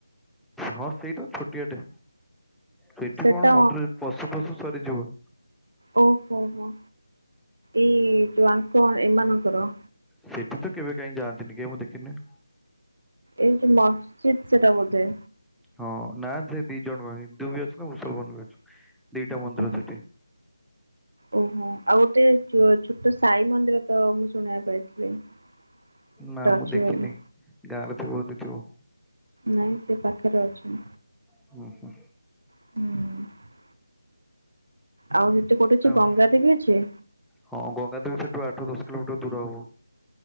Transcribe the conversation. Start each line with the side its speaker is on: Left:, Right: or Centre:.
Centre: ହଁ ସେଇଟା ଛୋଟିଆଟେ ସେଠି
Right: ସେଟା
Centre: କଣ ମନ୍ଦିର ପଶି <unintelligible> ସରିଯିବ।
Right: ଓହୋ ହୋ ହଁ ଏଇ ଯୋଉ ଆଙ୍କ ଏମାନଙ୍କର
Centre: ସେଠିତ କେବେ କାଇଁ ଯାଆନ୍ତିନି କାଇଁ ମୁଁ ଦେଖିନି।
Right: ଏଇଯେ ମସ୍ଜିଦ ସେଟା ବୋଧେ?
Centre: ହଁ ନାସେ ଦି ଜଣଙ୍କ ହିନ୍ଦୁବି ଅଛନ୍ତି ମୁସଲମାନ୍ ବି ଅଛନ୍ତି ଦିଟା ମନ୍ଦିର
Right: ଓହୋ।
Centre: ସେଠି।
Right: ଓହୋ ଆଉ ଗୋଟେ ଚୋ ଛୋଟ ସାଇ ମନ୍ଦିରତ ମୁଁ ଶୁଣିବାକୁ ପାଇଥିଲି? ଗୋଟେ
Centre: ନାମୁଁ
Right: ଅଛି
Centre: ଦେଖିନି
Right: ବୋଲି
Centre: ଗାଁରେ ଥିବ ଯଦି ଥିବ।
Right: ନାଇଁ ସେପାଖରେ ଅଛି।
Centre: ହୁ ହୁ।
Right: ହୁଁ। ଆଉ ହେଟି କୋଉଠି ଅଛି
Centre: ଆଉ
Right: ଗଙ୍ଗା ଦେବୀ ଅଛି?
Centre: ହଁ ଗଙ୍ଗା ଦେବୀ ସେଠୁ ଆଠ ଦଶ କିଲୋମିଟର୍ ଦୂର ହବ।